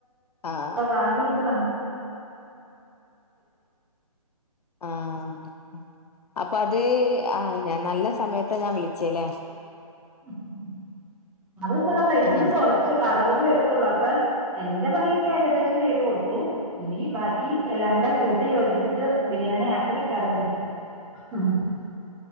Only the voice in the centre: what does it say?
ഇപ്പം വാങ്കുവിള്ച്ചതാണ്
ഉം ഉം ഉം അതു സാരല്ല ഇന്നു
കൊറചൊള്ളു അറ് അൻപതുപേർക്കൊള്ളൂ. അപ്പെ എന്റെ പണിക്കെ ഏകദേശം ചെയ്തുകൊടുത്തു. ഇനി ബാക്കിയെല്ലാം കൂടെ കൂട്ടിയോജിപ്പിച്ച്, ബിരിയാണി ആക്കല് കട <unintelligible>